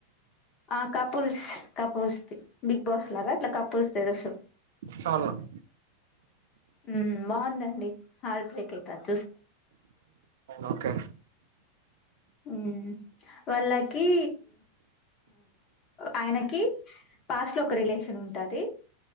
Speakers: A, on the left; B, on the right.
A: ఆ కపుల్స్ కపుల్స్ది బిగ్ బాస్ లాగా అట్లా కపుల్స్ తెలుసు
B: చాల్ న
A: ఉ బాగుందండి హార్ట్ బ్రేక్ అయితాది
B: ఓకే
A: ఉమ్ వాళ్ళకి ఆయనకి పాస్ట్ లో ఒక రిలేషన్ ఉంటాది